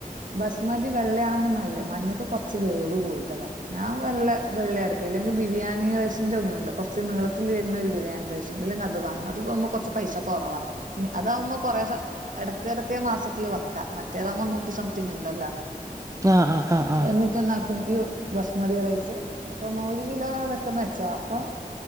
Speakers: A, on the right (about 60°); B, on the right (about 20°).
A: ബസ്മതി വെള്ളയാണെങ്കിൽ നല്ലത് മഞ്ഞക്ക്‌ കൊറച്ച് വേവ് കൂടുതലാ ഞാൻ വെള്ള വെള്ളയാട്ക്ക ഇല്ലെങ്കിൽ ബിരിയാണി റൈസിന്റെ ഒന്നുണ്ട് കുറച്ച് നീളത്തില് വരുന്ന ഒരു ബിരിയാണി റൈസ് സ്ണ്ട് അല്ലെങ്കിൽ അത് വാങ്ങും അത് ആവുമ്പ കുറച്ച് പൈസ കൊറവാ പിന്ന അതാവുമ്പോ കുറേ ഇടയ്ക്കടയ്ക്ക്‌ മാസത്തില് വെക്കാ മറ്റേതാവുമ്പോ നൂറ്റി സംതിങ് ഉണ്ടല്ലോ
B: ആഹ് ആഹ് ആഹ് ആഹ്
A: എന്നിട്ട് എന്നാക്കും ഇ ബസ്മതി റൈസ് അപ്പം ഒരു കിലോ ആ വെക്കുന്ന വെച്ചോ അപ്പൊ